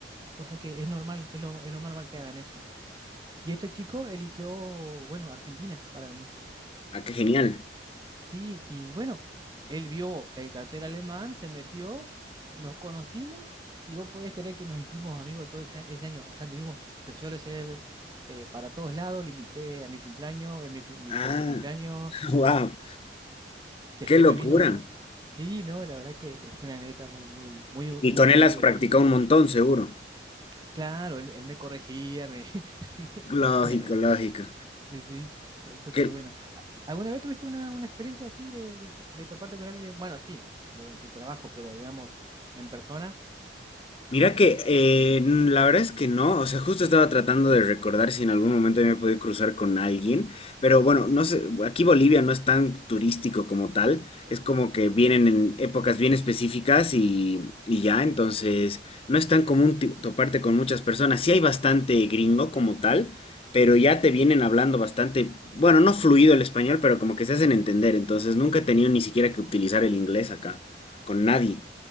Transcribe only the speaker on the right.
O sea que es normal, es lo, es lo más normal que hagan eso. Y este chico eligió, bueno, Argentina para venirse.
Sí, y bueno, él vio el cartel alemán, se metió, nos conocimos y vos podés creer que nos hicimos amigos todo ese, ese año. O sea, anduvimos, lo- yo lo llevé eh, para todos lados, lo invité a mi cumpleaños, él me cu- invitó
a su cumpleaños,
después
vino el... pa- Sí, no, la verdad que fue una anécdota muy, muy, muy, muy,
muy
divertida.
Claro, él, él me corregía, me, <laughs>
me,
Sí, sí, eso estuvo
bueno. ¿Alguna vez tuviste una, una experiencia así de, de, co- de toparte con alguien? Bueno, sí, vos en tu trabajo, pero digamos, en persona.